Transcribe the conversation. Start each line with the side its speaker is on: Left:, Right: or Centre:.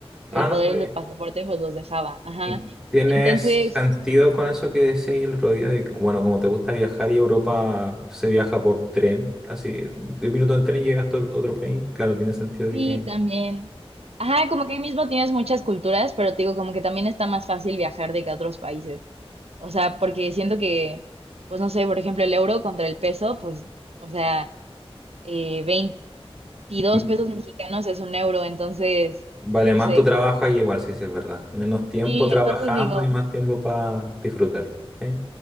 Right: el
Centre: Ah, no,
Right: poder
Centre: pues.
Right: del pasaporte pues los dejaba. Ajá.
Centre: ¿Y tiene
Right: Entonces,
Centre: sentido con eso que decía ahí el otro día? De, que, bueno, como te gusta viajar y Europa se viaja por tren, así, 10 minutos en tren y llegas a otro otro país. Claro, tiene sentido de
Right: Sí,
Centre: que
Right: también. Ajá, como que ahí mismo tienes muchas culturas, pero te digo, como que también está más fácil viajar de que a otros países. O sea, porque siento que, pues no sé, por ejemplo, el euro contra el peso, pues, o sea, eh, 22
Centre: m-
Right: pesos mexicanos es un euro, entonces,
Centre: vale
Right: no
Centre: más
Right: sé.
Centre: tu trabajo ahí, igual, sí, sí, es verdad. Menos tiempo
Right: Sí,
Centre: trabajando
Right: entonces digo,
Centre: y más tiempo para disfrutar. ¿sí?